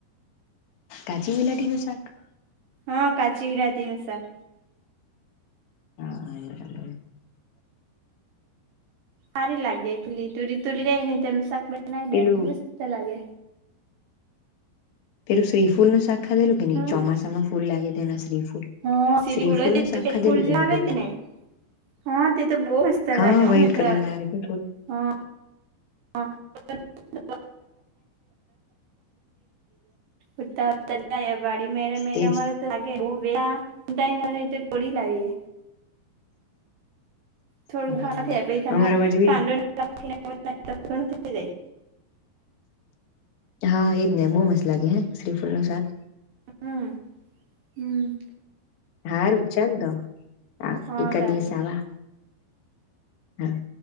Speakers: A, on the left; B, on the right.
A: કાચી વિલાટીનું શાક
B: હા, કાચી વિલાટીનું શાક.
A: હા.
B: સારી લાગે પેલી તુરી તુરી રહી ને તેનું શાક બનાવી
A: પેલું
B: દે મસ્ત લાગે.
A: પેરું સીફૂલ નું શાખા દેલું કે ન
B: હમ
A: ચોમાસામાં ફૂલ લાગે તેના શ્રીફૂ
B: હા સીરી
A: સ્ત્રી ફૂલ નું શાખ
B: પેલા
A: ખાધેલું
B: ફૂલ જે
A: કેની
B: આવે
A: પેલે
B: તે ને હા તે તો બહુ મસ્ત
A: હા
B: લાગે
A: વ્હાઈટ
B: અમે
A: કલર
B: તો
A: ના આવે બકુલ
B: હા <unintelligible> ઉતા ઉતાડી મેરે મેરેરે
A: તેજ
B: લાગે બહુ વેડા વટાય ન ર તો તોડી લાવીએ થોડું
A: હા
B: ઘણા થ પમાં
A: અમારા બાજુ બી
B: કો <inaudible> જાય
A: હા એજ ને બહુ મસ્ત લાગે હ શ્રીફૂલ નું શાક
B: હમ હમ
A: હારું ચાલ દો હ
B: હા
A: એક
B: ચાલ
A: દિવ સવા હા